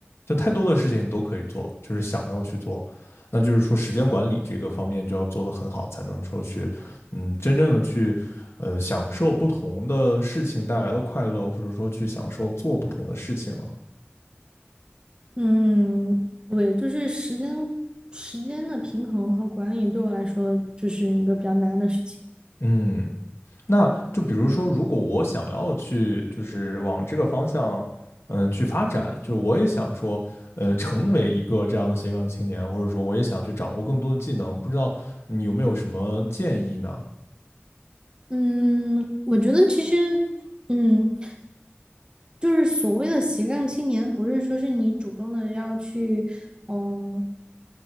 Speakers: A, on the left (about 85°); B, on the right (about 20°).
A: 就太多的事情你都可以做，就是想要去做，那就是说时间管理这个方面就要做得很好，才能说去嗯真正的去呃享受不同的事情带来的快乐，或者说去享受做不同的事情啊，
B: 嗯，对，就是时间时间的平衡和管理对我来说就是一个比较难的事情。
A: 嗯那就比如说，如果我想要去，就是往这个方向，嗯，去发展，就是我也想说，呃，成为一个这样的斜杠青年，或者说我也想去掌握更多的技能，不知道你有没有什么建议呢？
B: 嗯，我觉得其实，嗯，就是所谓的斜杠青年，不是说是你主动的要去，嗯，